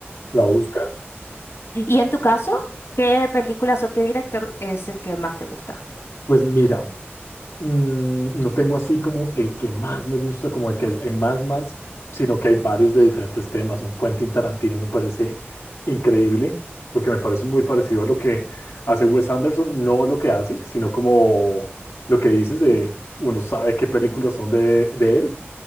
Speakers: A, on the left; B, on the left.
A: la voy a buscar.
B: Y en tu caso, ¿qué películas o qué director es el que más te gusta?
A: Pues mira, Mm, no tengo así como el que más me gusta, como el que es el más más, sino que hay varios de diferentes temas. Un Quentin Tarantino me parece increíble, porque me parece muy parecido a lo que hace Wes Anderson, no lo que hace, sino como lo que dices de uno sabe qué películas son de, de él,